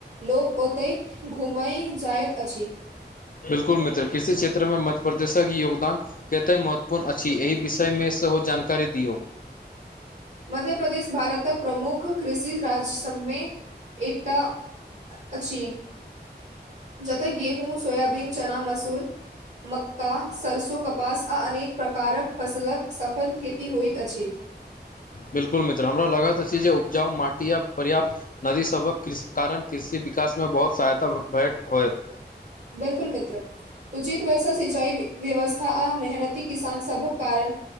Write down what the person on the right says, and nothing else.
लोको ओतय घुमय जाइत अछि।
मध्य प्रदेश भारतक प्रमुख कृषि राज्य सभमे एकटा अछि जतय गेहूँ, सोयाबीन, चना, मसूुर मक्का, सरसो, कपास आ अनेक प्रकारक फसलक सफल खेती होइत अछि।
बिलकुल मित्र। उचित तरह से सिंचाई व्यवस्था आ मेहनती किसान सभक कारण